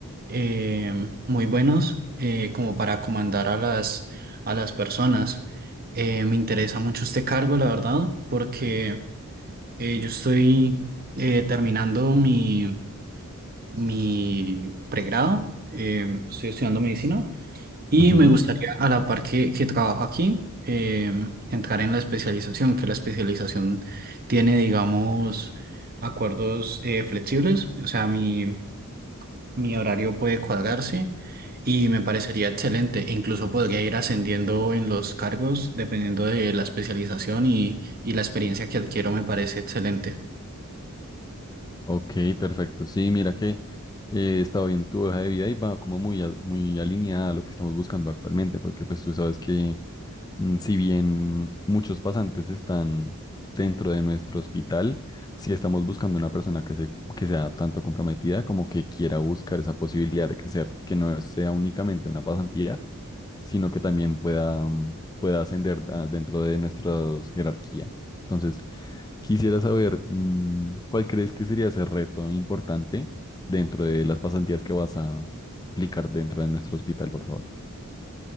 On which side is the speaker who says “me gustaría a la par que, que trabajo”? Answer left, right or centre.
Right